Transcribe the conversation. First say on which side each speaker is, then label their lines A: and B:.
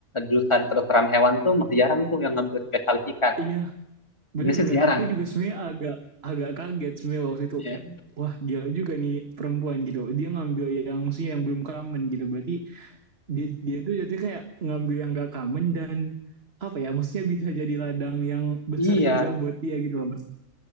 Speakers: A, on the left (about 20°); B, on the right (about 45°).
A: jurusan kedokteran hewan tuh masih jarang tuh yang ngambil spesialis ikan
B: Iya,
A: Indonesia
B: Bener-bener,
A: masih jarang
B: aku juga sebenarnya agak agak kaget sebenarnya waktu itu
A: ya
B: kayak wah gila juga nih perempuan gitu. Dia ngambil yang maksudnya yang belum common gitu. Berarti dia dia tuh jatuhnya kayak ngambil yang gak common dan apa ya maksudnya bisa jadi ladang yang besar
A: iya
B: juga buat dia gitu loh Mas.